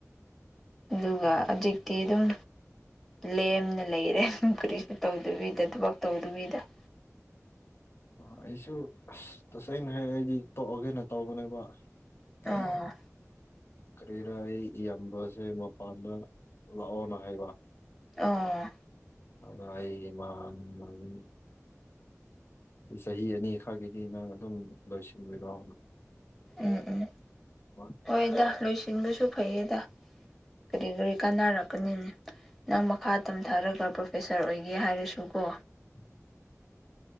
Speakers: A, in the centre; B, on the left.
A: ꯑꯗꯨꯒ
B: ꯑꯣ
A: ꯍꯧꯖꯤꯛꯇꯤ ꯑꯗꯨꯝ ꯂꯦꯝꯅ ꯂꯩꯔꯦ ꯀꯔꯤꯁꯨ ꯇꯧꯗꯕꯤꯗ ꯊꯕꯛ ꯇꯧꯗꯕꯤꯗ <inaudible>
B: ꯑꯩꯁꯨ ꯇꯁꯦꯡꯅ ꯍꯥꯏꯔ ꯑꯩꯗꯤ ꯇꯣꯛꯑꯒꯦꯅ ꯇꯧꯕꯅꯦꯕ <unintelligible>
A: ꯑꯥ
B: ꯀꯔꯤꯔ ꯑꯩ ꯏꯌꯥꯝꯕꯁꯦ ꯃꯄꯥꯟꯗ ꯂꯥꯛꯑꯣꯅ ꯍꯥꯏꯕ
A: ꯑꯥ
B: ꯑ ꯑꯩ ꯃꯥ ꯃꯥꯅꯤ ꯆꯍꯤ ꯑꯅꯤ ꯈꯛꯒꯤꯗꯤ ꯅꯪ ꯑꯗꯨꯝ ꯂꯣꯏꯁꯤꯟꯕꯤꯔꯣ
A: ꯎꯝ ꯎꯝ
B: <unintelligible>
A: ꯍꯣꯏꯗ ꯂꯣꯏꯁꯤꯟꯕꯁꯨ ꯐꯩꯌꯦꯗ ꯀꯔꯤ ꯀꯔꯤ ꯀꯥꯟꯅꯔꯛꯀꯅꯤꯅꯦ ꯅꯪ ꯃꯈꯥ ꯇꯝꯊꯔꯒ ꯄ꯭ꯔꯣꯐꯦꯁꯔ ꯑꯣꯏꯒꯦ ꯍꯥꯏꯔꯁꯨ ꯀꯣ
B: <inaudible>